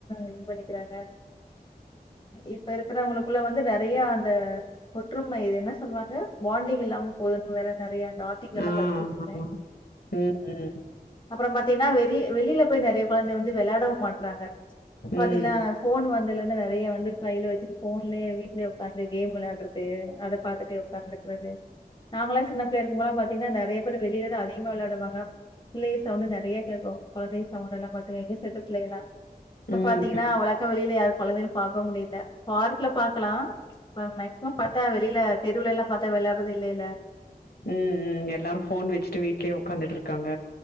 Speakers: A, on the left (about 30°); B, on the left (about 75°).
A: இது பண்ணிக்கிறாங்க இப்ப இருக்குறவங்களுக்குள்ள வந்து நெறைய அந்த ஒற்றுமை இது என்ன சொல்லுவாங்க பாண்டிங் இல்லாம போதுன் வேற நெறைய ஆட் டிக்கல் எல்லா
B: ஆ
A: படிச்சிக்கனுமே
B: ஆமாமா. ம், ம்.
A: அப்புறோ பாத்தீங்ன்னா வெளி வெளில போய் நெறைய கொழந்த வந்து வெளயாடவு மாட்றாங்க பாத்தீங்ன்னா
B: ம்,
A: ஃபோன் வந்ததுல இந்து நெறைய வந்து கையில வச்சுட்டு ஃபோன்லயே வீட்லே உக்காந்து கேம் வெளையாட்றது அத பாத்துட்டே உக்காந்துக்றது நாங்களா சின்ன பிள்ளைய இர்க்கு போலா பாத்தீங்ன்னா நெறைய பேர் வெளிலேதா அதிகமா விளையாடுவாங்க பிள்ளெய சவுண்டு நெறைய கேக்கு கொழந்தைங்க சவுண்ட எல்லா பாத்து எங்க ஸெட்டு பிள்ள எல்லா இப்ப
B: ம்.
A: பாத்தீங்கன்னா அவளக்க வெளில யார் கொழந்தைகளு பாக்க முடியில பார்க்ல பாக்கலா இப்ப மேக்ஸ்மம் பாத்தா வெளில தெருவுலலா பாத்தா வெளையாட்றது இல்லேல்ல
B: ம்ம் எல்லாரு போன் வச்சுட்டு வீட்லேயே உக்காந்துட்டு இருக்காங்க